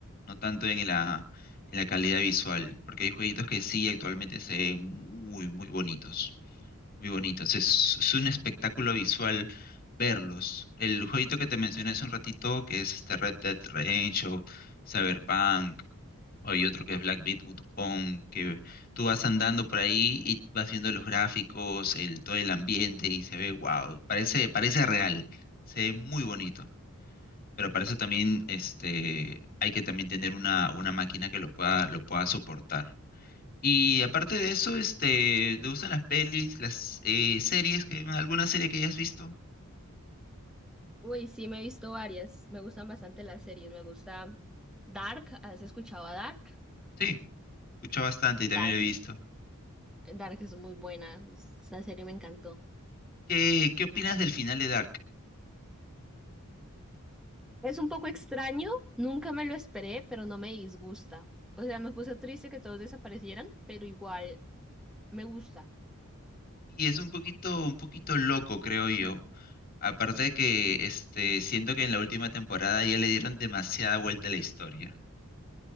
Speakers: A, on the left; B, in the centre.
A: no tanto en la, en la calidad visual, porque hay jueguitos que sí actualmente se ven muy, muy bonitos. muy bonitos. Es, es un espectáculo visual verlos. El jueguito que te mencioné hace un ratito, que es este Red Dead Redemption, Cyberpunk, hay otro que es Black Myth Wukong, que tú vas andando por ahí y vas viendo los gráficos, el, todo el ambiente y se ve wow, parece, parece real, se ve muy bonito. Pero para eso también este, hay que también tener una, una máquina que lo pueda, lo pueda soportar. Y aparte de eso, este, ¿te gustan las pelis, las eh, series? Que, ¿alguna serie que hayas visto?
B: Uy, sí, me he visto varias, me gustan bastante las series, me gusta Dark, ¿has escuchado a Dark?
A: Sí, escucho bastante y también
B: Dark,
A: lo he visto.
B: Dark es muy buena, esa serie me encantó.
A: ¿Qué, qué opinas del final de Dark?
B: Es un poco extraño, nunca me lo esperé, pero no me disgusta. O sea, me puse triste que todos desaparecieran, pero igual me gusta.
A: Y es un poquito, un poquito loco, creo yo. Aparte de que este, siento que en la última temporada ya le dieron demasiada vuelta a la historia.